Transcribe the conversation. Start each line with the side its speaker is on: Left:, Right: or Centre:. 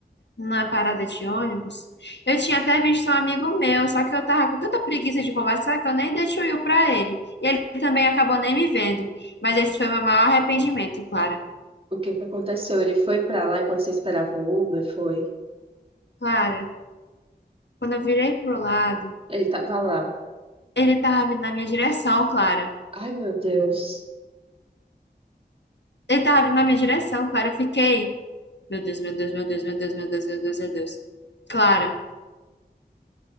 Left: na parada de ônibus, eu tinha até visto um amigo meu, só que eu tava com tanta preguiça de conversar que eu nem dei tchuiu para ele. E ele também acabou nem me vendo. Mas esse foi meu maior arrependimento, Clara.
Right: O que que aconteceu? Ele foi pra lá enquanto você esperava o Uber, foi?
Left: Clara, quando eu virei pro lado
Right: Ele tava lá.
Left: Ele tava vindo na minha direção, Clara.
Right: Ai, meu Deus.
Left: Ele tava vindo na minha direção, Clara. Eu fiquei. Meu Deus, meu Deus, meu Deus, meu Deus, meu Deus, meu Deus, meu Deus. Clara,